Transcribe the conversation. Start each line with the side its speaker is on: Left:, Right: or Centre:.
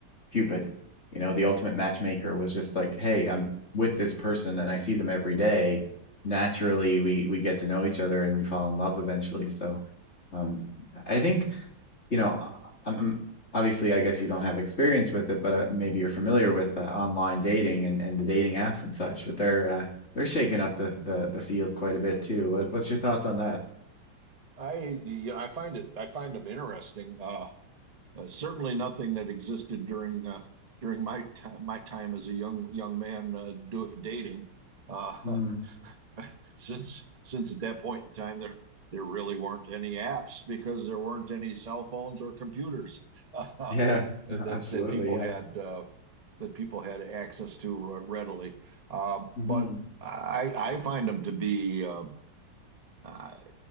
Left: Cupid, you know, the ultimate matchmaker was just like, hey, I'm with this person and I see them every day. Naturally, we we get to know each other and we fall in love eventually. So, um, I think, you know, I'm obviously, I guess you don't have experience with it, but uh, maybe you're familiar with uh, online dating and, and the dating apps and such. But they're uh, they're shaking up the, the the field quite a bit too. What, what's your thoughts on that?
Right: I, you know, I find it, I find them interesting. Uh, uh, certainly nothing that existed during uh, during my my time as a young young man uh, do, dating. Uh,
Left: Hmm.
Right: <laughs> since since at that point in time there there really weren't any apps because there weren't any cell phones or computers <laughs> uh,
Left: yeah,
Right: that
Left: no, absolutely.
Right: that people
Left: Yeah.
Right: had uh, that people had access to readily. Uh,
Left: hmm
Right: but I I find them to be uh, uh,